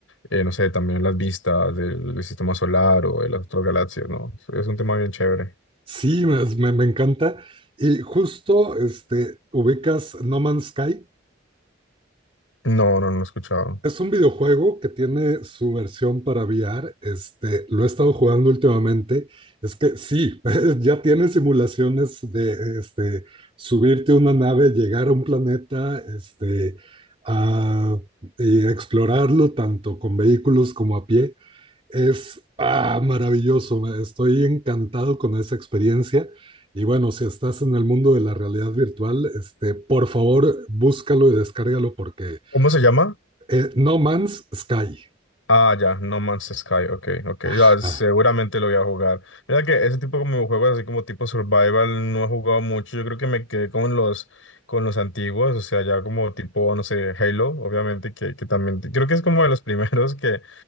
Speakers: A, on the left; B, on the right.
A: eh, no sé, también las vistas del, del sistema solar o de las otras galaxias, ¿no? Es un tema bien chévere.
B: Sí, me, me- me encanta. Y justo este, ubicas No Man's Sky.
A: No, no, no lo he escuchado.
B: Es un videojuego que tiene su versión para VR. Este, lo he estado jugando últimamente. Es que sí, <laughs> ya tiene simulaciones de este, subirte a una nave, llegar a un planeta, este, a, y explorarlo tanto con vehículos como a pie. Es ah, maravilloso, me- estoy encantado con esa experiencia. Y bueno, si estás en el mundo de la realidad virtual, este, por favor, búscalo y descárgalo porque
A: ¿Cómo se llama?
B: eh, No Man's Sky.
A: Ah, ya, No Man's Sky, ok, ok,
B: Ajá,
A: ya, seguramente lo voy a jugar. Mira que ese tipo como de juegos así como tipo survival no he jugado mucho, yo creo que me quedé con los, con los antiguos, o sea, ya como tipo, no sé, Halo, obviamente, que, que también, creo que es como de los <laughs> primeros que,